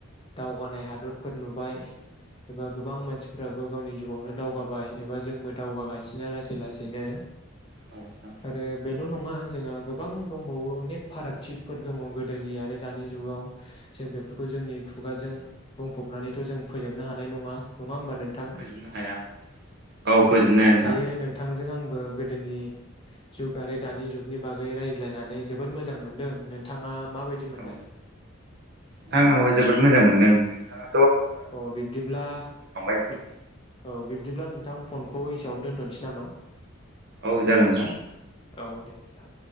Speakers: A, on the left (about 25°); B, on the right (about 50°).
A: दावगानाय हादरफोर नुबाय एबा गोबां मानसिफ्राबो गावनि जिउावनो दावगाबाय एबा जों मो दावगा गासिनो लासै लासैनो
B: औ नोंथां
A: आरो बेल' नङा जोंहा गोबां दंबावो अनेक फारागथितफोर दङ गोदोनि आरो दानि जुगाव जों बेफोरखौ जोंनि खुगाजों बुंफबनानैथ' जों फोजोबनो हानाय नङा होमबा नोंथां
B: फोजोबनो हाया औ। फोजोबनायानो
A: दायो
B: दा
A: नोंथांजों आंबो गोदोनि जुग आरो दानि जुगनि बागै रायज्लायनानै जोबोद मोजां मोनदों नोंथाङा। माबायदि मोनदों
B: औ ना आंबो जोबोद मोजां मोनदों। नोंथाङा।
A: अ बिब्दिब्ला औ
B: नोंथां
A: बि बिदिब्ला नोंथां फनखौ एसेयावनो दोनथ'नोसै नामा?
B: औ जागोन नोंथां।
A: औ दे नोंथां।